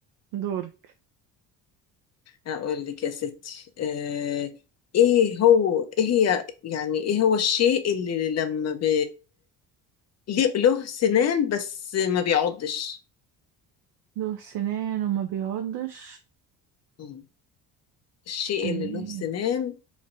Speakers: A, on the right; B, on the left.
A: دورك
B: أقول لك يا ستي آه، إيه هو إيه هي يعني إيه هو الشيء اللي لما ب... ليه- له سنان بس ما بيعضش
A: له سنان وما بيعضش
B: مم. الشيء
A: إيه.
B: اللي له سنان